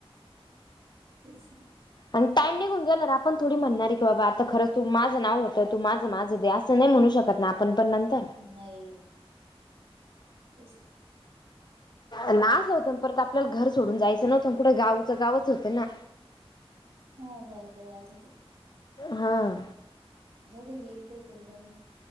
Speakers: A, on the right; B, on the left.
A: तेच <unintelligible>
B: आणि टाइम निघून गेल्यावर आपण थोडी म्हणणार की, बाबा आता खरच तू माझं नाव होतं. तर तू माझं माझं दे असं नाही म्हणू शकत ना, आपण पण नंतर.
A: नाही. तेच न,
B: अन अस व्हत न परत आपल्याला घर सोडून जायचं नव्हतं. कुठं गावचं गावच होतं ना.
A: हो गावातल्या गावात होत.
B: हां,
A: जाऊ दे येईल काहीतरी नवीन.